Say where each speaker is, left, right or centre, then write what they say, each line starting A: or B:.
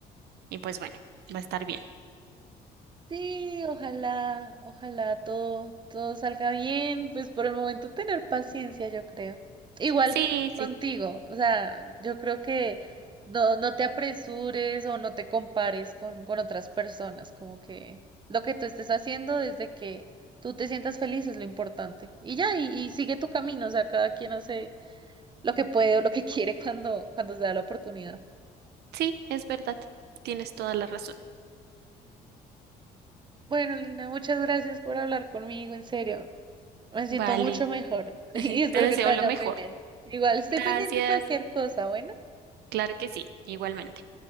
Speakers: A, on the right (about 75°); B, on the right (about 25°).
A: y pues bueno, va a estar bien.
B: Sí, ojalá, ojalá todo, todo salga bien, pues por el momento tener paciencia, yo creo. Igual
A: Sí,
B: contigo,
A: sí,
B: o sea, yo creo que no, no te apresures o no te compares con, con otras personas, como que lo que tú estés haciendo desde que tú te sientas feliz es lo importante. Y ya, y, y sigue tu camino, o sea, cada quien hace lo que puede o lo que <laughs> quiere cuando, cuando se da la oportunidad.
A: sí, es verdad. Tienes toda la razón.
B: Bueno, Lina, muchas gracias por hablar conmigo, en serio. Me siento
A: Vale.
B: mucho mejor <laughs> y
A: <laughs>
B: espero
A: Te deseo
B: que te vaya
A: lo mejor.
B: muy bien. Igual estoy
A: Gracias.
B: pendiente de cualquier cosa, bueno.
A: Claro que sí, igualmente.